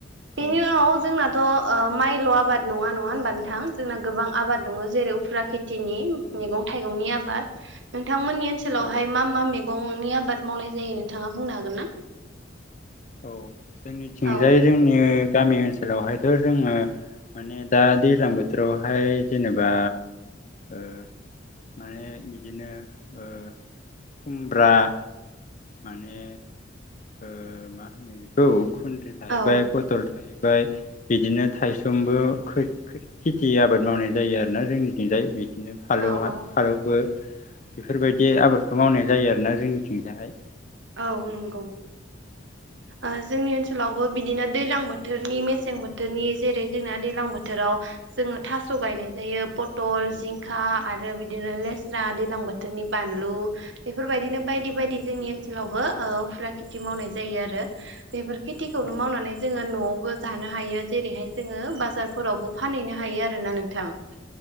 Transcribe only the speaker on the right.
बेनि
उनाव जोंनाथ' ओ माइल' आबाद नङा नङा होमबा नोंथां जोंना गोबां आबाद दंङ। जेरै उफुरा खेथिनि मैगं थाइगंनि आबाद। नोंथांमोननि ओनसोलावहाय
मा मा मैगंनि आबाद मावनाय जायो नोंथाङा बुंनो हागोन ना?
औ
औ
औ औ
औ नंगौ।
ओ जोंनि ओनसोलावबो बिदिनो दैलां बोथोरनि मेसें बोथोरनि जेरै जोंना दैलां बोथोराव जोङो थास' गायनाय जायो पथल जिंखा आरो बिदिनो लेस्रा दैलां बोथोरनि बा बानलु बेफोरबायदिनो बायदि बायदि जोंनि ओनोलावबो ओ उफ्राखेथि मावनाय जायो आरो बेफोर खेथिखौनो
मावनानै जोङो न'आवबो जा जानोहायो जेरैहाय जोङो बाजारफोरावबो फानहैनो हायो आरोना नोंथां।